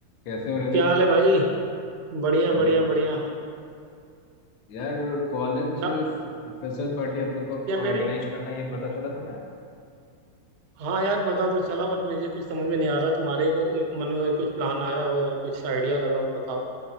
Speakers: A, on the left; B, on the right.
A: कैसे हो रवि
B: क्या हाल है भाई बढ़िया
A: बड़ी
B: बढ़िया बढ़िया
A: यार कॉलेज
B: क्या
A: फ्रेशर पार्टी अपने को
B: क्या कह
A: ऑर्गेनाइज
B: रहे हो
A: करना है, ये पता चला तुम्हें
B: हाँ यार पता तो चला बट मुझे कुछ समझ में नहीं आ रहा तुम्हारे अ, मन में कुछ प्लान आया हो या कुछ आइडिया लगा हो तो बताओ